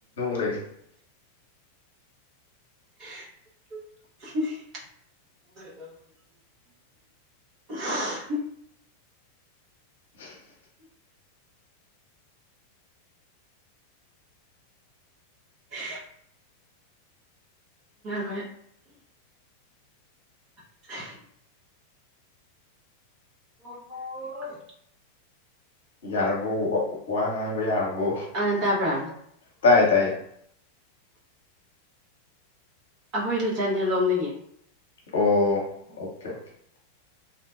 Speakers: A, on the left; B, on the right.
A: ꯂꯩ
B: <unintelligible> <unintelligible>
A: <unintelligible>
B: ꯏ ꯈ <unintelligible> ꯑꯣ
A: ꯌꯥꯔꯕꯣ ꯋꯥ ꯉꯥꯡꯕ ꯌꯥꯔꯕ
B: ꯑ ꯇꯥꯕ꯭ꯔꯥ
A: ꯇꯥꯏ ꯇꯥꯏ
B: ꯑꯩꯈꯣꯏꯗꯨ ꯆꯥꯟꯗꯦꯜ ꯂꯣꯝꯗꯒꯤ
A: ꯑꯣ ꯑꯣꯀꯦ ꯑꯣ